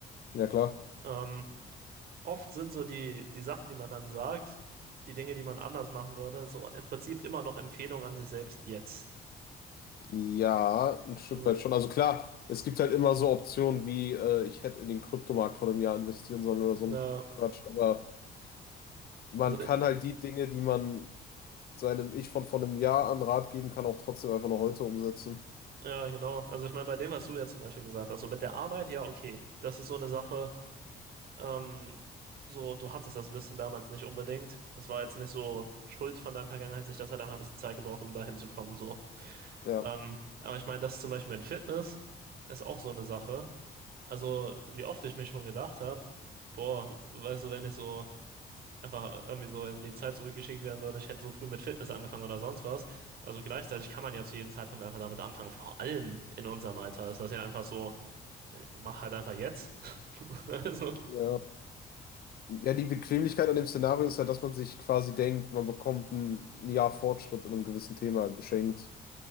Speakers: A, on the left; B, on the right.
A: ja klar.
B: Ähm, oft sind so die, die Sachen, die man dann sagt, die Dinge, die man anders machen würde, so im Prinzip immer noch Empfehlungen an sich selbst jetzt.
A: Ja, ein Stück
B: Also,
A: weit schon. Also klar, es gibt halt immer so Optionen wie, äh, ich hätte in den Kryptomarkt vor einem Jahr investieren sollen oder so
B: na,
A: ein Quatsch. Aber man
B: also,
A: kann halt die Dinge, die man seinem Ich von vor einem Jahr an Rat geben kann, auch trotzdem einfach noch heute umsetzen.
B: ja, genau. Also ich meine, bei dem, was du ja zum Beispiel gesagt hast, so mit der Arbeit, ja, okay. Das ist so eine Sache, ähm, so, du hattest das Wissen damals nicht unbedingt. Das war jetzt nicht so Schuld von deiner Vergangenheit, sich das hat einfach ein bisschen Zeit gebraucht, um dahin zu kommen, so.
A: Ja.
B: Ähm, aber ich meine, das zum Beispiel mit Fitness ist auch so eine Sache. Also, wie oft ich mich schon gedacht habe, boah, weißt du, wenn ich so einfach irgendwie so in die Zeit zurückgeschickt werden würde, ich hätte so früh mit Fitness angefangen oder sonst was. Also gleichzeitig kann man ja zu jedem Zeitpunkt einfach damit anfangen. Vor allem in unserem Alter ist das ja einfach so, äh, mach halt einfach jetzt. <laughs> Also,
A: Ja. Ja, die Bequemlichkeit an dem Szenario ist halt, dass man sich quasi denkt, man bekommt ein ein Jahr Fortschritt in einem gewissen Thema geschenkt.